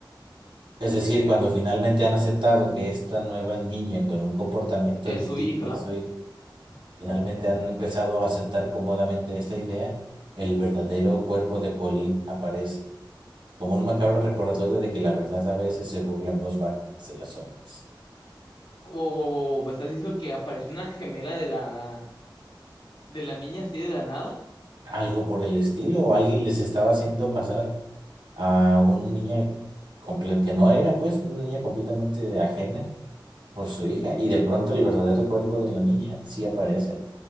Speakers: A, on the right; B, on the left.
A: es
B: ok.
A: decir, cuando finalmente han aceptado que esta nueva niña con un comportamiento
B: Es
A: distinto
B: su hija.
A: al de su hija Finalmente han empezado a aceptar cómodamente esta idea, el verdadero cuerpo de Pauline aparece, como un macabro recordatorio de que la verdad a veces se burla en voz baja desde las sombras.
B: Wow, wow, wow, wow, ¿Me estás diciendo que apareció una gemela de la, de la niña así de la nada?
A: Algo por el estilo, o alguien les estaba haciendo pasar a una niña comple- que no era, pues, una niña completamente ajena por su hija, y de pronto el verdadero cuerpo de la niña sí aparece.